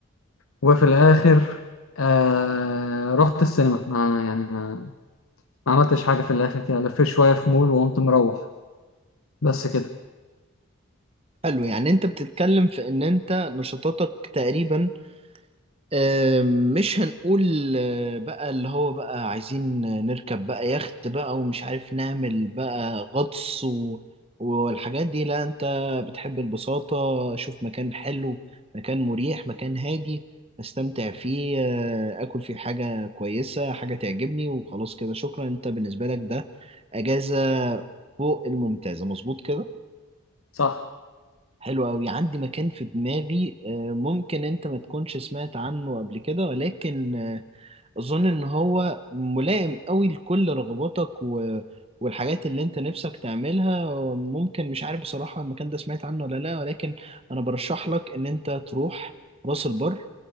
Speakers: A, on the left (about 80°); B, on the right (about 25°).
A: وفي الاخر آه رحت السينما ما يعني ما, ما عملتش حاجه في الاخر كده لفيت شويه في مول وقمت مروح بس كده
B: حلو يعني انت بتتكلم في ان انت نشاطاتك تقريبا آه، مش هنقول آه، بقى اللي هو بقى عايزين نركب بقى يخت بقى ومش عارف نعمل بقى غطس و... والحاجات دي لا انت بتحب البساطة شوف مكان حلو مكان مريح مكان هادي استمتع فيه آه، اكل فيه حاجة كويسة حاجة تعجبني وخلاص كده شكرا انت بالنسبة لك ده اجازة فوق الممتازة مظبوط كده
A: صح
B: حلو أوي عندي مكان في دماغي آه، ممكن أنت ما تكونش سمعت عنه قبل كده ولكن آه، أظن إن هو ملائم أوي لكل رغباتك و... والحاجات اللي أنت نفسك تعملها ممكن مش عارف بصراحة المكان ده سمعت عنه ولا لأ ولكن أنا برشح لك إن أنت تروح راس البر